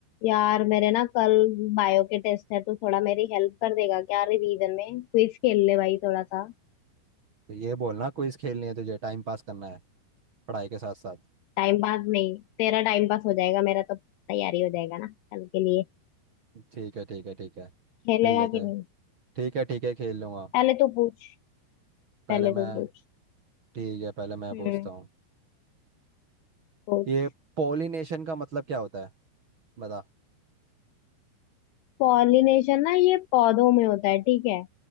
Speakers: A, on the left; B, on the right.
A: यार मेरे ना कल बायो के टेस्ट है तो थोड़ा मेरी हेल्प कर देगा क्या रिवीजन में क्विज खेल ले भाई थोड़ा सा
B: तो ये बोलना क्विज खेलनी है तुझे टाइम पास करना है पढ़ाई के साथ साथ
A: टाइम पास नहीं तेरा टाइम पास हो जाएगा मेरा तो तैयारी हो जाएगा ना कल के लिए
B: ठीक है ठीक है ठीक है
A: खेलेगा
B: खेल लेते
A: कि
B: हैं
A: नहीं
B: ठीक है ठीक है खेल लूंगा
A: पहले तो पूछ
B: पहले
A: पहले तो
B: मैं
A: पूछ
B: ठीक है पहले मैं
A: हम्म
B: पूछता हूँ
A: पूछ
B: ये पोलिनेशन का मतलब क्या होता है बता
A: पॉलिनेशन ना ये पौधों में होता है ठीक है